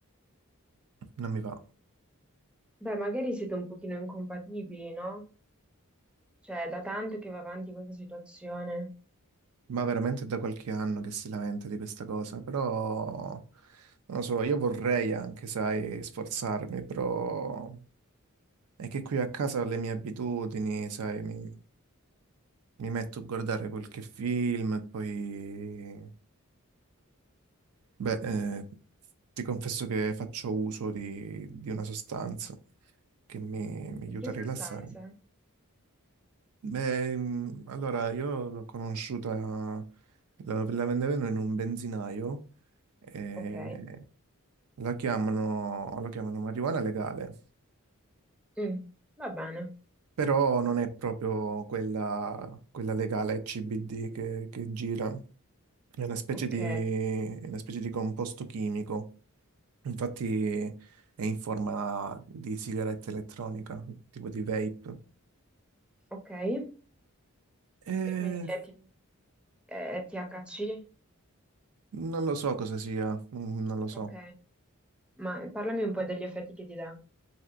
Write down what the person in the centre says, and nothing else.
Beh, magari siete un pochino incompatibili, no? Cioè, è da tanto che va avanti questa situazione.
Di che sostanze?
Ok.
Mm, va bene.
Ok,
ok. E
quindi è, T- è- è THC?
Ok. Ma eh, parlami un po' degli effetti che ti dà.